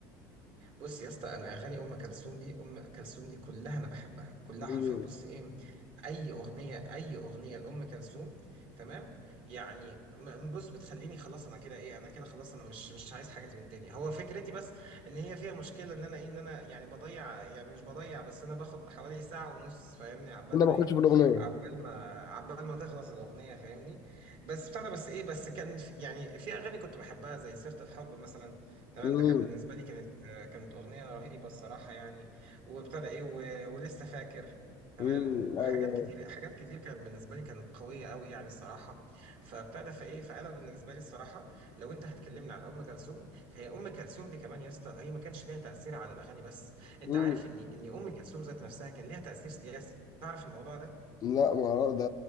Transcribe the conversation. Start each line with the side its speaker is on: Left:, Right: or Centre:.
Right: بص يا اسطى انا اغاني ام كلثوم دي ام كلثوم دي كلها انا بحبها كلها
Left: مم.
Right: حرفيا بص ايه اي اغنيه اي اغنيه لام كلثوم تمام يعني م- بص بتخليني خلاص انا كده ايه انا كده خلاص انا مش مش عايز حاجه من الدنيا هو فكرتي بس ان هي فيها مشكله ان انا ايه ان انا يعني بضيع يعني مش بضيع بس انا باخد حوالي ساعه ونص فاهمني عبال
Left: كنا
Right: ما
Left: بنخش
Right: ايه
Left: في الاغنيه
Right: عبال ما عبال ما تخلص الاغنيه فاهمني بس بتاع ده بس ايه بس كان في يعني في اغاني كنت بحبها زي سيره الحب مثلا تمام
Left: مم.
Right: ده كان بالنسبه لي كانت كانت أغنية رهيبة الصراحة يعني وابتدى إيه و... ولسه فاكر تمام
Left: مم.
Right: وحاجات
Left: ايوه
Right: كتير حاجات كتير كانت بالنسبة لي كانت قوية قوي يعني الصراحة فابتدى فإيه فأنا بالنسبة لي الصراحة لو أنت هتكلمني على أم كلثوم فهي أم كلثوم دي كمان يا اسطى هي ما كانش ليها تأثير على الأغاني بس أنت
Left: مم.
Right: عارف إن إن أم كلثوم ذات نفسها كان ليها تأثير سياسي تعرف الموضوع ده
Left: لا ما أعرف- ده